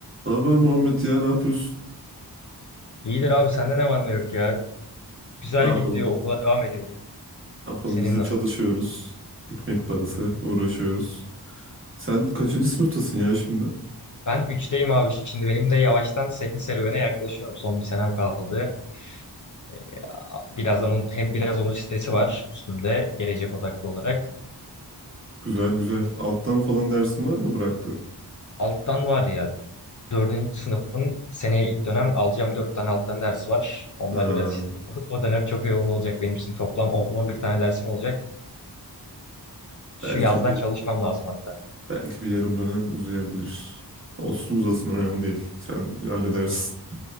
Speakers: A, on the right; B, on the left.
A: Ne haber Muhammed ya ne yapıyorsun?
B: İyidir abi sende ne var ne yok ya. Güzel
A: Ne yapalım?
B: gidiyor okula devam ediyorum.
A: Ne yapalım
B: Senin
A: biz de çalışıyoruz.
B: nasıl?
A: Ekmek parası
B: Hmm.
A: uğraşıyoruz. Sen kaçıncı sınıftasın ya şimdi?
B: Ben üçteyim abi şimdi benim de yavaştan senin serüvene yaklaşıyorum. Son bir senem kaldı. Ee, Birazdan onun, hem biraz onun stresi var üstümde gelecek odaklı olarak.
A: Güzel güzel. Alttan falan dersin var mı bıraktığın?
B: Alttan var ya dördüncü sınıfın seneye ilk dönem alacağım 4 tane alttan ders var. Onlar
A: Ha,
B: biraz işte o o dönem çok yoğun olacak benim için toplam 10 bir tane dersim olacak.
A: belki
B: Şu yazdan
A: bir
B: çalışmam lazım hatta.
A: belki bir yarım dönem uzayabilir. Olsun uzasın önemli değil. Sen halledersin.